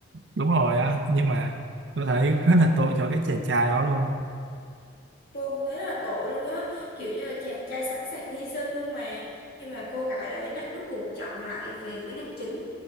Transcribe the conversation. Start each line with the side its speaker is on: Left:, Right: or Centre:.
Right: đúng rồi á nhưng mà tôi thấy rất là tội cho cái chàng trai đó luôn
Left: tôi cũng thấy là tội luôn á kiểu như là chàng trai sẵn sàng hy sinh luôn mà nhưng mà cô gái đấy lại rút cuộc chọn lại về với nam chính